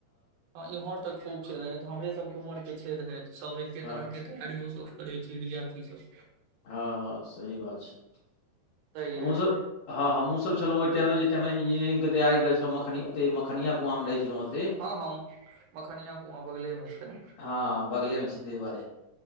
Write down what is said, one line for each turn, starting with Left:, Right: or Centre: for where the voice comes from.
Right: ह इम्हर तऽ खूब छै रहैत हमरे सबके उमर के छै रहैत सब एके
Left: हँ
Right: तरह क तैयारियो सब करै छै विद्यार्थी स
Left: हँ हँ सही बात छै
Right: ताहि
Left: हमहुँस
Right: लेल
Left: हँ हमहूँसभ छलहुँ ओहि इमेहि इमे इंजीनियरिंगके तैयार करैत छलँ मखनी ओते मखनिया कुआमे रहै छलहुँ ओते
Right: हँ ह मखनिया कुआ बगलेमे छ
Left: हँ बगलेमे छै ताहि दुआरे